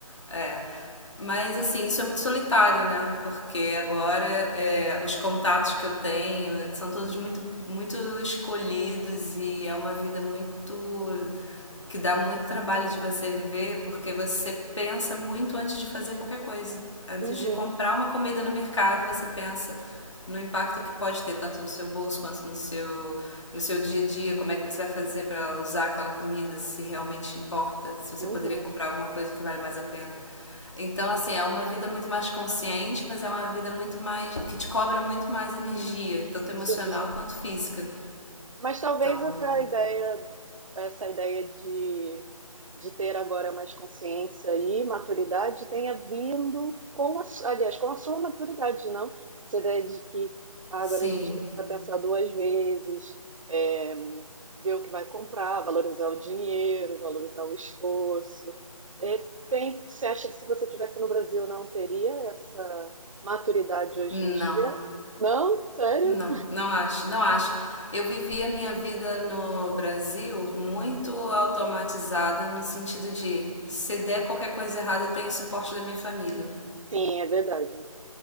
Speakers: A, on the left (about 55°); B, on the right (about 60°).
A: É. Mas assim, isso é muito solitário, né? Porque agora é, os contatos que eu tenho são todos muito, muito escolhidos e é uma vida muito que dá muito trabalho de você viver, porque você pensa muito antes de fazer qualquer coisa. Antes
B: Uhum,
A: de comprar uma comida no mercado, você pensa no impacto que pode ter tanto no seu bolso quanto no seu no seu dia a dia, como é que você vai fazer para usar aquela comida se realmente importa, se você
B: uhum.
A: poderia comprar alguma coisa que vale mais a pena. Então, assim, é uma vida muito mais consciente, mas é uma vida muito mais que te cobra muito mais energia, tanto emocional
B: Sim,
A: quanto física.
B: Mas talvez
A: Então,
B: essa ideia, essa ideia de, de ter agora mais consciência e maturidade tenha vindo com a, su- aliás, com a sua maturidade, não? Essa ideia de que ah,
A: sim,
B: agora a gente precisa pensar duas vezes, é, ver o que vai comprar, valorizar o dinheiro, valorizar o esforço. De repente, você acha que se você tivesse no Brasil não teria essa maturidade hoje
A: não.
B: em dia? Não? Sério?
A: Não, não acho, não acho. Eu vivi a minha vida no Brasil muito automatizada, no sentido de se der qualquer coisa errada, tem suporte da minha família.
B: Sim, é verdade.